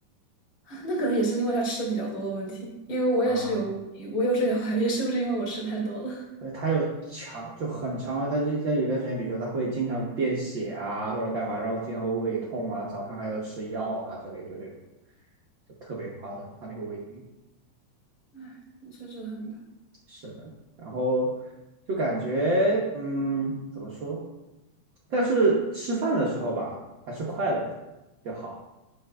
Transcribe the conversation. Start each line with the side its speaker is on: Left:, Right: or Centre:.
Left: <laughs> 那可能也是因为他吃的比较多的问题，因为我也是有胃病，
Right: 啊，
Left: 我有时候也怀疑是不是因为我吃太多了。<laughs>
Right: 所以他有强就很强，他就他有一段时间，比如说他会经常便血啊或者干嘛，然后经常会胃痛啊，早上还要吃药啊之类，就这种就特别夸张，他那个胃病。
Left: 唉，确实很难
Right: 是的，然后就感觉，嗯，怎么说？但是吃饭的时候吧，还是快乐的就好。